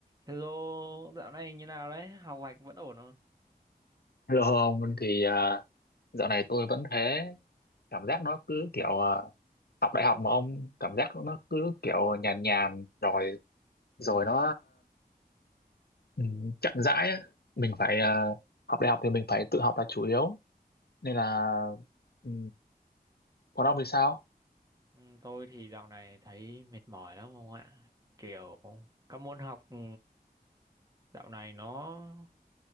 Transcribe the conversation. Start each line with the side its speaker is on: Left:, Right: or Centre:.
Right: Hello, dạo này như nào đấy? Học hành vẫn ổn không?
Left: Hello ông thì à, dạo này tôi vẫn thế cảm giác nó cứ kiểu à, học đại học mà ông cảm giác nó cứ kiểu nhàn nhàn rồi rồi nó ừ, chậm rãi á. mình phải à, học đại học thì mình phải tự học là chủ yếu nên là ừ, còn ông thì sao
Right: Ừ, tôi thì dạo này thấy mệt mỏi lắm không ạ? Kiểu các môn học ừ, dạo này nó